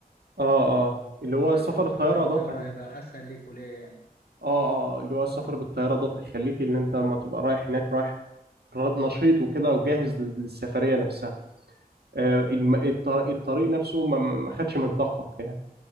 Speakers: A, on the right; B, on the left.
A: اه اه اللي هو
B: ما
A: سفر
B: انت لو سافرت
A: الطياره
B: بالطياره
A: دوت هي-
B: هيبقى اسهل ليك وليه يعني
A: اه اه اللي هو السفر بالطياره دوت هيخليك ان انت لما تبقى رايح هناك رايح ر- نشيط وكده وجاهز لل- للسفريه نفسها آه، الم- الط- الطريق نفسه ما ما- ما خدش منطقه يعني